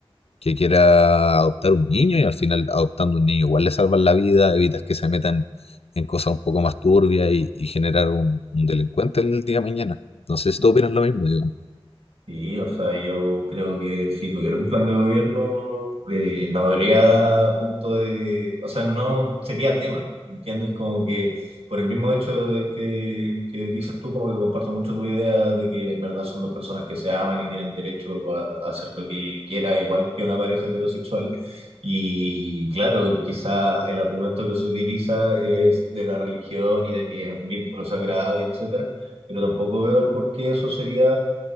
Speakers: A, on the left; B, on the right.
A: que quiera adoptar un niño y al final adoptando un niño igual le salvan la vida, evitas que se metan en cosas un poco más turbias y, y generar un, un delincuente el día de mañana. No sé si tú opinas lo mismo, digo,
B: Sí, o sea, yo creo que si tuviera un plan de gobierno, eh, no habría punto de, o sea, no sería tema, ¿entiendes? Como que por el mismo hecho de que, que dices tú, como que comparto mucho tu idea de que en verdad son dos personas que se aman y tienen derecho a, a hacer lo que quiera, igual que una pareja heterosexual. Y claro, quizás el argumento que se utiliza es de la religión y de que es un vínculo sagrado y etcétera, pero tampoco veo el por qué eso sería